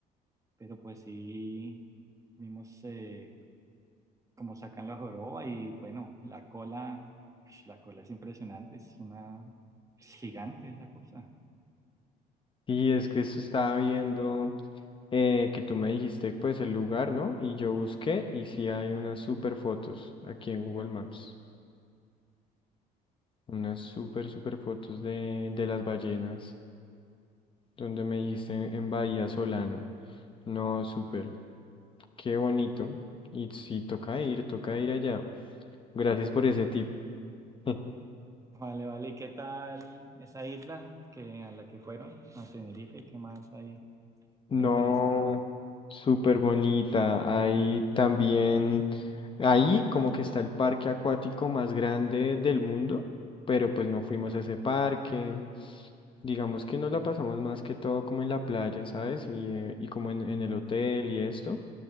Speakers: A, on the right; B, on the left.
A: pero pues sí vimos eh, como sacan la joroba y bueno, la cola, ush, la cola es impresionante, es una es gigante esa cosa.
B: Sí, es que eso estaba viendo. eh, que tú me dijiste pues el lugar, ¿no? Y yo busqué y sí hay unas super fotos aquí en Google Maps. Unas super, super fotos de, de las ballenas, donde me dijiste en Bahía Solano. No, súper, qué bonito. Y sí, toca ir, toca ir allá. Gracias por ese tip. <laughs>
A: Vale, vale, ¿y qué tal esa isla que a la que fueron, a Tenerife? ¿Qué más hay,
B: No,
A: hay para hacer?
B: súper bonita. Ahí también, ahí como que está el parque acuático más grande del mundo, pero pues no fuimos a ese parque. Digamos que nos la pasamos más que todo como en la playa, ¿sabes? Y, eh, y como en, en el hotel y esto.